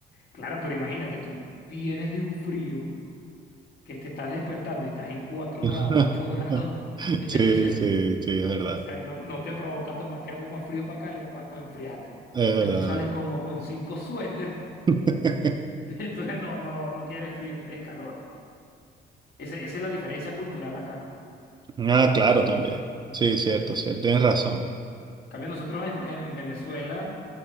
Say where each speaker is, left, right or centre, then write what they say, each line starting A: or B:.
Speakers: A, on the left (about 65°); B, on the right (about 25°).
A: Claro, pero imagínate, tú vienes de un frío que te estás despertando y estás en 4
B: <laughs>
A: grados, 8 grados. <laughs> Entonces,
B: Sí, sí, sí, es verdad.
A: o sea, no, no te provoca tomarte algo más frío para acá, para enfriarte.
B: Es
A: Entonces
B: verdad,
A: tú sales
B: es
A: como con cinco suéter.
B: verdad.
A: <laughs> Entonces no, no, no quieres frío, quieres calor. Ese- esa es la diferencia cultural acá.
B: <laughs> Ah, claro, también. Sí, cierto, cierto. Tienes razón.
A: En cambio, nosotros en, en- en Venezuela